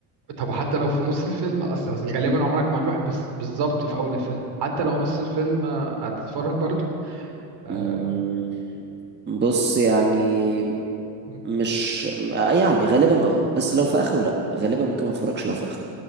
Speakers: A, on the right; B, on the right.
A: طب حتى لو في نص الفيلم أصل أصل غالبا عمرك ما هتروح بس بالظبط في أول الفيلم حتى لو نص الفيلم آه، هتتفرج برضو آه،
B: أمم، بص يعني
A: مم.
B: مش يعني غالبا اه بس لو في آخره لأ غالبا ممكن ما اتفرجش لو في آخره